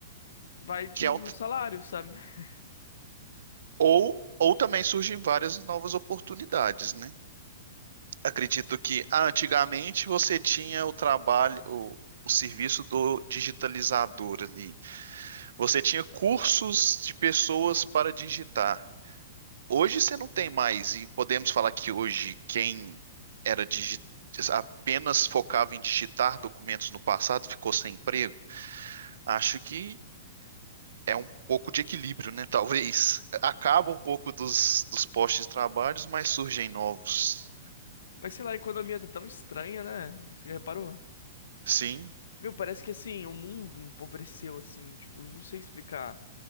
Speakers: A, on the left; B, on the right.
A: vai diminuir
B: que é um,
A: o salário, sabe? <laughs>
B: ou ou também surgem várias novas oportunidades, né? Acredito que ah, antigamente você tinha o trabalho, o, o serviço do digitalizador ali. Você tinha cursos de pessoas para digitar. Hoje você não tem mais, e podemos falar que hoje quem era digi- apenas focava em digitar documentos no passado ficou sem emprego. Acho que é um pouco de equilíbrio, né? <laughs> Talvez acaba um pouco dos, dos postos de trabalhos, mas surgem novos.
A: Mas sei lá, a economia tá tão estranha, né? Você já reparou?
B: Sim,
A: Meu, parece que assim, o mundo empobreceu, assim, tipo, não sei explicar.